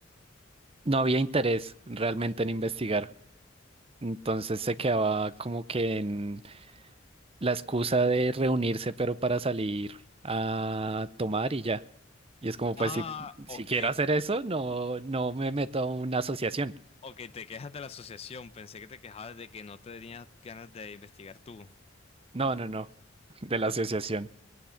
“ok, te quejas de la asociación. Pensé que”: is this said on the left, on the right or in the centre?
Left